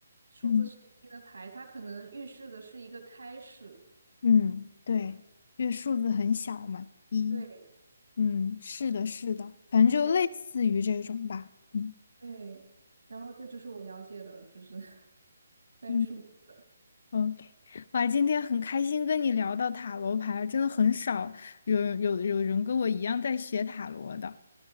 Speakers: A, on the right; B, on the left.
A: 数字是一的牌，
B: 嗯
A: 它可能预示的是一个开始。
B: 嗯，对，因为数字很小嘛，一，
A: 对，
B: 嗯，是的，是的，反正就类似于这种吧，
A: 对，
B: 嗯。
A: 对然后这就是我了解的，就是 <laughs> 关于数字。
B: 嗯。OK，哇，今天很开心跟你聊到塔罗牌，真的很少有有有人跟我一样在学塔罗的。